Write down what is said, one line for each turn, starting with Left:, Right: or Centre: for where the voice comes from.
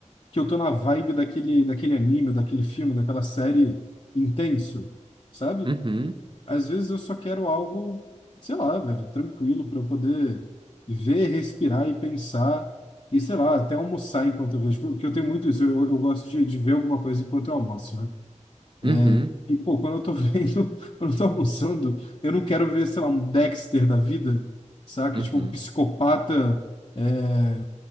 Left: que eu tô na vibe daquele, daquele anime, daquele filme, daquela série intenso, sabe?
Right: Uhum,
Left: Às vezes eu só quero algo, sei lá, velho, tranquilo para eu poder ver, respirar e pensar e sei lá, até almoçar enquanto eu vejo, porque eu tenho muito isso, eu, eu gosto de, de ver alguma coisa enquanto eu almoço, né? É,
Right: uhum,
Left: e, pô, quando eu tô vendo, <laughs> quando eu tô almoçando, eu não quero ver, sei lá, um Dexter da vida, saca?
Right: uhum,
Left: Tipo, um psicopata, é,